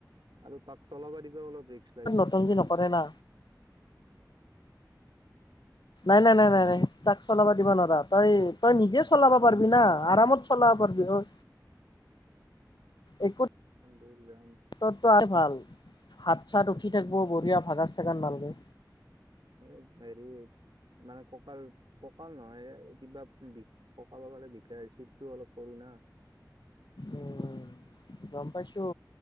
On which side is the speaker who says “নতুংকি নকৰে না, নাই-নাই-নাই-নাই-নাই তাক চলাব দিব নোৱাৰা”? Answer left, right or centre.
Left